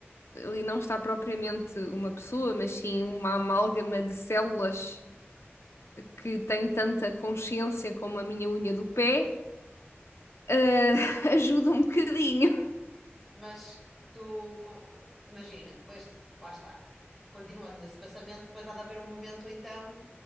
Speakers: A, on the left; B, in the centre.
A: ali não está propriamente uma pessoa, mas sim uma amálgama de células que tem tanta consciência como a minha unha do pé, ah, <laughs> ajuda um bocadinho.
B: Mas tu, com- imagina, depois, lá está, continuando nesse pensamento, depois há de haver um momento então